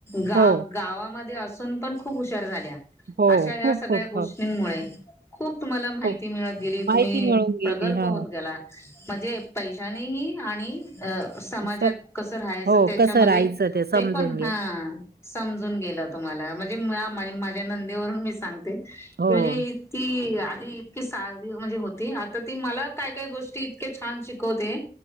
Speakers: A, on the left; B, on the right.
A: गा
B: हो,
A: गावामध्ये ून पण खूप हुशार झाल्या
B: हो.
A: अशा या
B: खूप,
A: सगळ्या
B: खूप.
A: गोष्टींमुळे
B: हो,
A: खूप तुम्हाला माहिती
B: खूप.
A: मिळत गेली
B: माहिती
A: तुम्ही
B: मिळून
A: प्रगल्प
B: गेली. हां.
A: होत गेला म्हणजे पैशानीही आणि अ समाजात
B: असं
A: कसं राहायचं
B: हो,
A: त्याच्यामध्ये
B: कसं राहायचं समजून
A: ते पण
B: घे.
A: हा समजून गेले तुला म्हणजे माझ्या नंदेवरून मी सांगते की
B: हो.
A: म्हणजे ती आध की सा म्हणजे होती आता ती मला काय काय गोष्टी इतके छान शिकवते